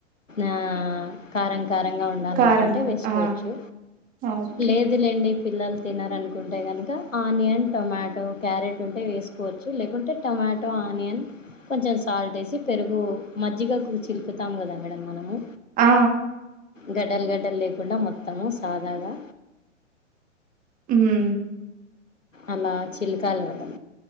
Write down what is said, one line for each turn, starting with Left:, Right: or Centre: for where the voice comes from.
Left: ఆ కారం కారంగా ఉండాలనుకుంటే
Right: కారం
Left: వేసుకోవచ్చు
Right: ఆ ఆ! ఓకే
Left: లేదులేండి పిల్లలు తినరునుకుంటే గనుక ఆనియన్, టొమాటో, క్యారెట్ ఉంటే వేసుకోవచ్చు లేకుంటే టమ టమాటో ఆనియన్ కొంచెం సాల్ట్ ఏసి పెరుగూ మజ్జిగకు చిలుకుతాము గదా మేడం మనము.
Right: ఆ
Left: గడ్డల్ గడ్డల్ లేకుండా మొత్తము సాదాగా
Right: హ్ము
Left: అలా చిలికాలి మేడం